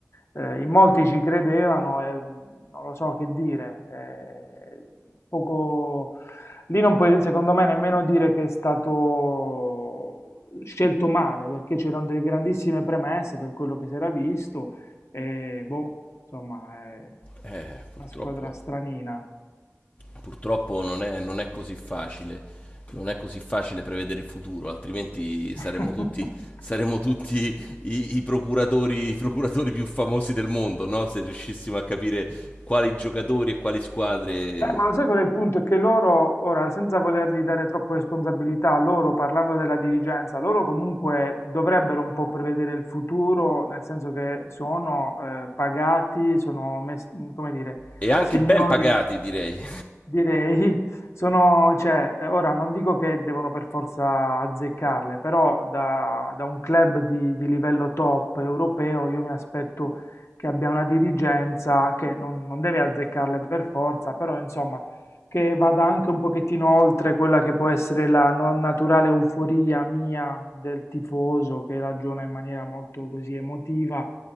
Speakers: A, on the left; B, on the left.
A: eh, in molti ci credevano e mh, non lo so che dire. eh, poco... Lì non puoi, secondo me, nemmeno dire che è stato scelto male, perché c'erano delle grandissime premesse per quello che si era visto. E boh, insomma, è
B: Eh, purtroppo,
A: una squadra stranina.
B: purtroppo non è, non è così facile, non è così facile prevedere il futuro, altrimenti saremmo
A: <laughs>
B: tutti, saremmo tutti i, i procuratori, i procuratori più famosi del mondo, no? Se riuscissimo a capire quali giocatori e quali squadre,
A: Eh, ma lo sai qual è il punto? È che loro, ora, senza volergli dare troppe responsabilità, loro, parlando della dirigenza, loro comunque dovrebbero un po' prevedere il futuro, nel senso che sono eh, pagati, sono, mes- come dire,
B: e anche
A: signori,
B: ben pagati, direi.
A: direi, <laughs> sono, cioè, eh, ora non dico che devono per forza azzeccarle, però da, da un club di di livello top europeo io mi aspetto che abbia una dirigenza che non, non deve azzeccarle per forza, però insomma che vada anche un pochettino oltre quella che può essere la no- naturale euforia mia del tifoso che ragiona in maniera molto così emotiva